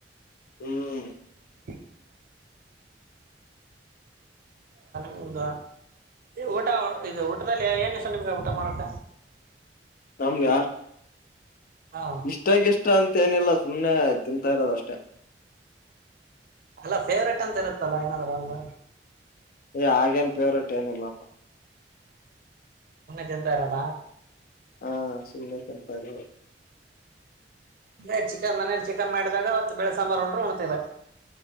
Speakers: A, on the left; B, on the right.
A: ಹ್ಮ್
B: <inaudible> ಹೌದಾ ಒ ಊಟ ಇದ್ ಊಟದಲ್ಲಿ ಏನ್ ಇಷ್ಟ ನಿಮ್ಗೆ ಊಟ ಮಾಡಕ್
A: ನಮ್ಗ.
B: ಹಾ
A: ಇಷ್ಟಾಗ್ ಎಷ್ಟ್ ಇಷ್ಟ ಅಂತ ಏನಿಲ್ಲ ಸುಮ್ನೆ ತಿಂತಾ ಇರೋದಷ್ಟೇ.
B: ಅಲ್ಲ ಫೇವ್ರೇಟ್ ಅಂತ ಇರುತ್ತಲ್ಲ ಏನಾದ್ರೂ ಒಂದು
A: ಏ ಹಾಗೇನ್ ಫೇವ್ರೇಟ್ ಏನಿಲ್ಲಪ್ಪ.
B: ತಿಂತ ಇರಲ್ಲ.
A: ಹಾ ಸುಮ್ಮನೆ ತಿಂತಿರಾದು.
B: ಅಂದೆ ಚಿಕನ್ ಮನೇಲಿ ಚಿಕನ್ ಮಾಡಿದಾಗ ಬೆಳೆ ಸಾಂಬಾರ್ ಹುಂಡ್ರೆ ಹೊಣ್ತಾರ